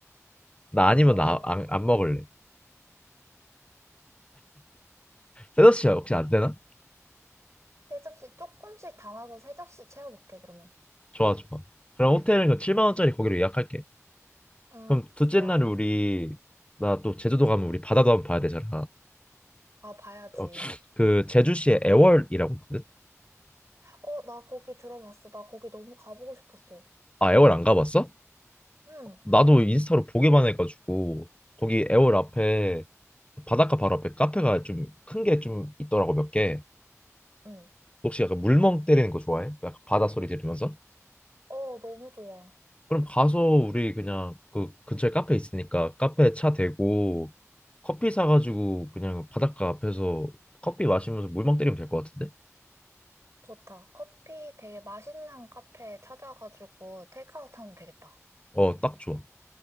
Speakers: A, on the left; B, on the right.
A: 나 아니면
B: 어,
A: 나 안 안 먹을래. 셋업 씨 혹시 안 되나?
B: 세 접시 조금씩 담아서 세 접시 채워볼게, 그러면.
A: 좋아 좋아. 그럼 호텔은 그 7만 원짜리 거기로 예약할게.
B: 응,
A: 그럼 둘째
B: 좋아.
A: 날에 우리 나 또 제주도 가면 우리 바다도 한번 봐야 되잖아.
B: 아, 봐야지.
A: 어, 그 제주시에 애월이라고 있거든.
B: 어, 나 거기 들어봤어. 나 거기 너무 가보고 싶었어.
A: 아 애월 안 가봤어?
B: 응,
A: 나도 인스타로 보기만 해가지고 거기 애월 앞에 바닷가 바로 앞에 카페가 좀 큰 게 좀 있더라고 몇 개.
B: 응.
A: 혹시 약간 물멍 때리는 거 좋아해? 약간 바다 소리 들으면서?
B: 어, 너무 좋아.
A: 그럼 가서 우리 그냥 그 근처에 카페 있으니까 카페 차 대고 커피 사가지고 그냥 바닷가 앞에서 커피 마시면서 물멍 때리면 될 것 같은데?
B: 좋다. 커피 되게 맛있는 카페 찾아가지고 테이크아웃 하면 되겠다.
A: 어, 딱 좋아.